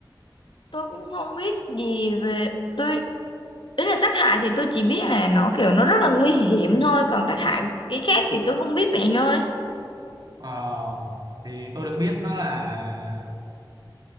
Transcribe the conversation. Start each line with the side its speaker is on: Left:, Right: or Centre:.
Left: tôi cũng không biết gì về tôi ý là tác hại thì tôi chỉ biết là nó kiểu nó rất là nguy hiểm thôi còn tác hại cái khác thì tôi không biết vậy anh ơi
Right: Ờ, thì tôi được biết nó là